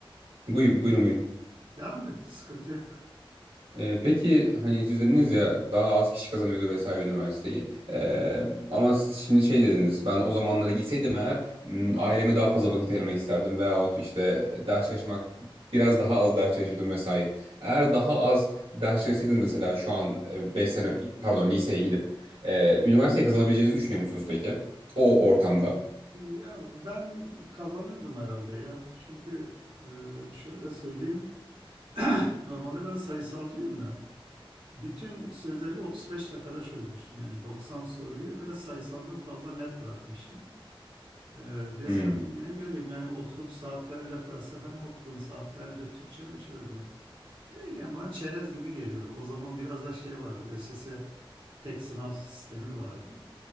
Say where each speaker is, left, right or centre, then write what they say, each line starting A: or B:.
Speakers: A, on the right; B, on the right.
A: buyur, buyurun buyurun.
B: devam et sıkıntı yok.
A: Ee, peki hani siz dediniz ya daha az kişi kazanıyordu vesaire üniversiteyi. Ee, ama siz şimdi şey dediniz ben o zamanlara gitseydim eğer m, aileme daha fazla vakit ayırmak isterdim veyahut işte ders çalışmak biraz daha az ders çalışırdım vesaire. Eğer daha az ders çalışsaydınız mesela şu an 5 sene pardon liseye gidip e, üniversiteyi kazanabileceğinizi düşünüyor musunuz peki? O ortamda.
B: Ya ben kazanırdım herhalde ya. Çünkü e, şöyle söyleyeyim. <clears throat> Normalde ben sayısalcıyım da bütün sözeli 35 dakikada çözmüştüm. Yani 90 soruyu ve sayısaldan fazla net bırakmıştım. Ee, desen
A: Hmm,
B: ne bileyim yani oturup saatlerce felsefe mi okudun, saatlerce Türkçe mi çözdün? Değil yani bana çerez gibi geliyordu. O zaman biraz da şey vardı, ÖSS tek sınav sistemi vardı.